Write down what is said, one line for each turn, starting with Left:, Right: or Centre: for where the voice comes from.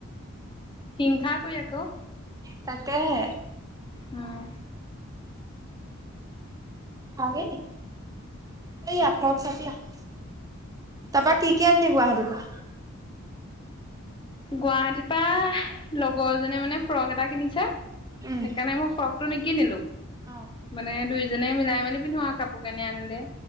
Left: হিংসা কৰি আকৌ।
Right: তাকেহে।
Left: উম।
Right: <unintelligible> সেইয়া ফ্ৰোগ চাবি আহ। তাৰপৰা কি কি আনিলি গুৱাহাটী পা?
Left: গুৱাহাটীৰ পৰা লগৰ এজনীয়ে মানে ফ্ৰক এটা কিনিছে সেইকাৰণে
Right: উম,
Left: মোৰ ফ্ৰক টো নিকিনিলো
Right: অ
Left: মানে দুইজনে মিলাই মেলি পিন্ধো। কাপোৰ কানি আনিলে